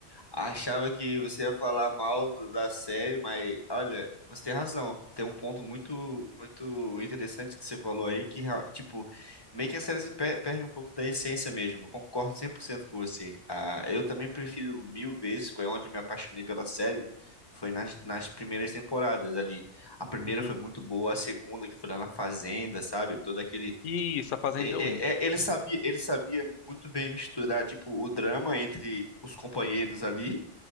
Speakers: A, on the left; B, on the left.
A: achava que você ia falar mal do- da série, mas olha, você tem razão. Tem um ponto muito muito interessante que você falou aí que real- tipo, meio que a série se per- perde um pouco da essência mesmo. Eu concordo 100% com você. Ah, eu também prefiro mil vezes, foi onde eu me apaixonei pela série. Foi nas, nas primeiras temporadas ali. A primeira
B: Uhum.
A: foi muito boa, a segunda, que foi lá na Fazenda, sabe? Todo aquele
B: Isso, a Fazenda
A: é,
B: eu lembro.
A: é, é, ele sabia, ele sabia muito bem misturar, tipo, o drama entre os companheiros ali,